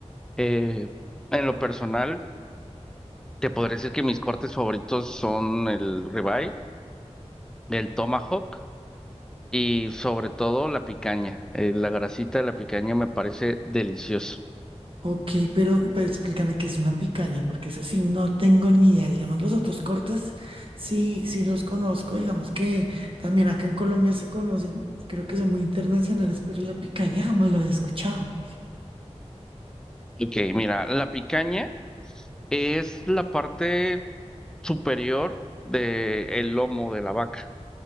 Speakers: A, in the centre; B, on the right.
A: Eh, en lo personal, te podré decir que mis cortes favoritos son el ribeye, el tomahawk. Y sobre todo la picaña. Eh, la grasita de la picaña me parece deliciosa.
B: Ok, pero, pero explícame qué es una picaña, porque eso sí no tengo ni idea. Digamos, los otros cortes sí, sí los conozco, digamos que también acá en Colombia se conocen, creo que son muy internacionales, pero la picaña jamás lo había escuchado.
A: Ok, mira, la picaña es la parte superior del lomo de la vaca.